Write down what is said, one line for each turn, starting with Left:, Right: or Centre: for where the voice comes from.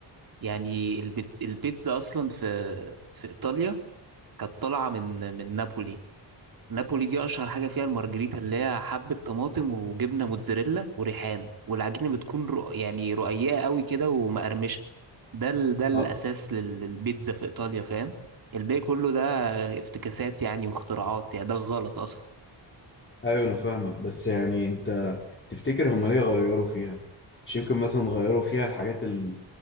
Right: يعني البيتزا, البيتزا اصلا في في ايطاليا كانت طالعه من من نابولي نابولي دي اشهر حاجه فيها المارجريتا اللي هي حبه طماطم وجبنه موتزاريلا وريحان والعجينه بتكون رق... يعني رقيقه قوي كده ومقرمشه ده ال... ده الاساس
Left: اه
Right: لل- للبيتزا في ايطاليا فاهم الباقي كله ده افتكاسات يعني واختراعات يعني ده غلط اصلا
Left: ايوه انا فاهمك بس يعني انت تفتكر هما ليه غيروا فيها مش يمكن مثلا غيروا فيها الحاجات ال-